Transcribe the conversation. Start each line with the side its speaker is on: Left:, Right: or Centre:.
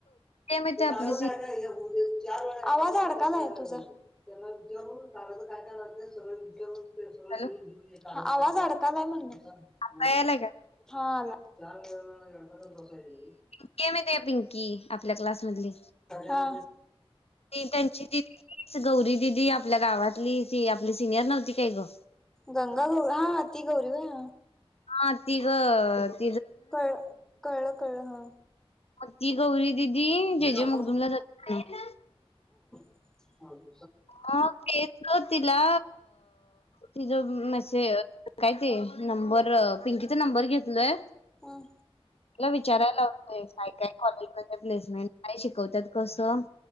Left: ते माहिती आपली
Centre: काय
Left: सिनियर
Centre: काय <unintelligible> आवाज अडकलाय तुझा. त्यांना विचारून कागद काय काय लागत्यात. <unintelligible>
Left: हॅलो
Centre: वाल <unintelligible> आवाज अडकालाय म्हणलं
Left: आता यायलाय का
Centre: हा आला. च <unintelligible> बसाय <unintelligible>
Left: केम ते आहे पिंकी आपल्या क्लास मधली
Centre: हा.
Left: त्यांची दी गौरी दिदी आपल्या गावातली ती आपली सिनियर नव्हती काय ग
Centre: गंगा गौरी हा हा ती गौरी काय.
Left: हा ती गं
Centre: कळलं कळलं कळलं हा
Left: म ती गौरी दिदी
Centre: कुठे
Left: जे
Centre: जातो?
Left: जे मगदुमला जात
Centre: हां
Left: ह तेच तिला तिचं मसे काय ते नंबर पिंकीचा नंबर घेतलोय.
Centre: हम्म.
Left: ला विचारायलावतोय काय काय कॉलेज मध्ये प्लेसमेंट नाही शिकवत त्यात कसं